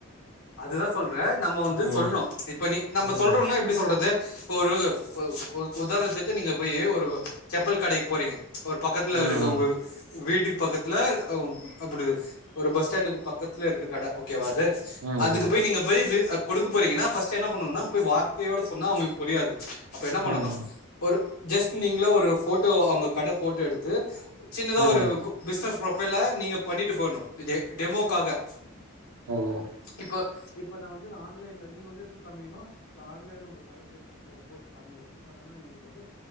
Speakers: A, on the left (about 85°); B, on the right (about 80°).
A: அதுதா சொல்றே நம்ம வந்து
B: ம்
A: சொல்ணு இப்ப நீ நம்ம
B: ம்
A: சொல்றோனா எப்டி சொல்றது இப்ப ஒரு ஒரு ஒரு உதாரணத்துக்கு நீங்க போய் ஒரு செப்பல் கடைக்கு போறீங்க ஒரு பக்கத்துல
B: ம்
A: இருக்கு உங்களுக்கு வீட்டுக்கு பக்கத்துல ஓ அப்டி ஒரு பஸ் ஸ்டாண்டுக்கு பக்கத்துல இருக்கு கட ஓகேவா அது
B: ம்
A: அதுக்கு போய் நீங்க போய் பி குடுக்க போறீங்கன்னா ஃபஸ்ட்டு என்ன பண்ணணுன்னா போய் வார்த்தையோட சொன்னா அவுங்களுக்கு புரியாது அப்ப என்ன பண்ணனு
B: ம்
A: ஒரு ஜஸ்ட் நீங்களா ஒரு ஃபோட்டோ அவுங்க கட ஃபோட்டோ எடுத்து சின்னதா
B: ம் ம்
A: ஒரு குப் பிசினஸ் ப்ரோஃபைல்ல நீங்க பண்ணிட்டு போணு டெ டெமோக்காக
B: ம்
A: இப்போ இப்ப நா வந்து ஆன்லைன்ல நீங்க வந்து எப்டி காமிக்கணு இப்ப ஆன்லைன்ல உங்க கட பேரு போ போட்டு காமிக்கிறே பட் ஆனா எங்களுக்கு வந்து